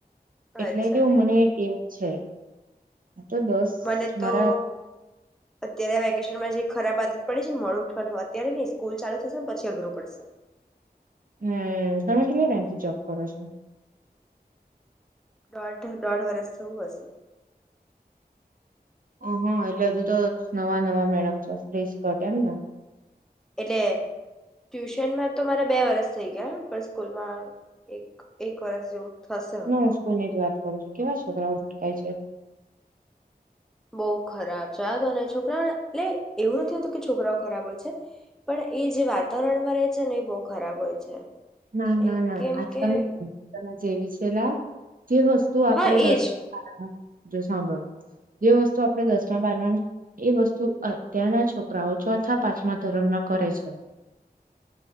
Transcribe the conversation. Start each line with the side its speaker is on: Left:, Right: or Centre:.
Right: એટલે
Centre: અચ્છા
Right: કેવું મને કે છે. આ તો દસ
Centre: મને તો
Right: મારા
Centre: અત્યારે વેકેશનમાં જે ખરાબ આદત પડી છે મોડુ ઉઠવાનું અત્યારે નહી સ્કૂલ ચાલુ થશે ને પછી અઘરું પડશે.
Right: હમ તમે કે એમથી જબ કરો છો.
Centre: દોઢ દોઢ વર્ષ થવુ હશે.
Right: ઓ હા એટલે હજુ તો નવા નવા મેડમો ફિસ્કટ એમને
Centre: એટલે ટ્યુશનમાં તો મારા બે વરસ થઈ ગયા પણ સ્કૂલમાં એક એક વરસ જેવું. થશે હવે
Right: ના સ્કૂલ ની જ વાત કરું છું કેવા છોકરાઓ ભૂટકાય છે.
Centre: બહુ ખરાબ છે આ તો ને છોકરાઓને એટલે એવું નથી હોતું કે છોકરાઓ ખરાબ હોય છે પણ એ જે વાતાવરણમાં રહે છે ને એ બહ ખરાબ હોય છે.
Right: ના ના
Centre: એ
Right: ના
Centre: કેમ
Right: આજકાલ
Centre: કે
Right: જેવી છેલા જે વસ્તુ આપડે
Centre: હા
Right: દસ
Centre: એજ
Right: જો સાંભળો જે વસ્તુ <unintelligible> દસમા બારમા એ વસ્તુ અત્યારના છોકરાઓ ચોથા પાંચમા ધરણ ના કરે છે.